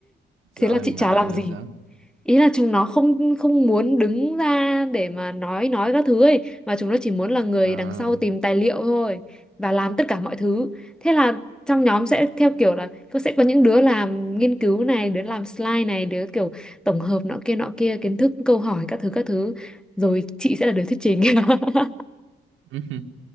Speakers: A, on the right; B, in the centre.
A: sợ
B: thế là chị
A: là ngại
B: chả làm
A: là
B: gì
A: sao?
B: ý là chúng nó không không muốn đứng ra để mà nói nói các thứ ấy mà chúng nó chỉ muốn là người
A: À,
B: đằng sau tìm tài liệu thôi và làm tất cả mọi thứ thế là trong nhóm sẽ theo kiểu là có sẽ có những đứa làm nghiên cứu này đứa làm slide này đứa kiểu tổng hợp nọ kia nọ kia kiến thức câu hỏi các thứ các thứ rồi chị sẽ là đứa thuyết trình <laughs>
A: <laughs>